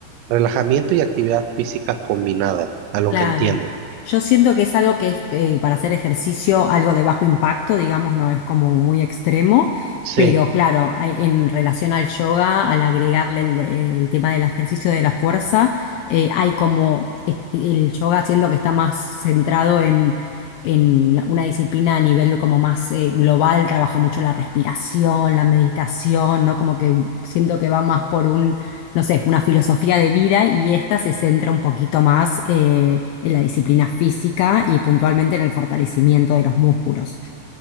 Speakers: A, on the right; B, on the left.
A: relajamiento y actividad física combinada, a lo
B: Claro.
A: que entiendo.
B: Yo siento que es algo que es eh, para hacer ejercicio, algo de bajo impacto, digamos, no es como muy extremo,
A: Sí,
B: pero claro, hay- en relación al yoga, al agregarle el, el tema del ejercicio de la fuerza, eh, hay como est- el yoga siendo que está más centrado en, en una disciplina a nivel como más eh, global, trabaja mucho la respiración, la meditación, ¿no? Como que siento que va más por un no sé, una filosofía de vida y esta se centra un poquito más eh, en la disciplina física y puntualmente en el fortalecimiento de los músculos.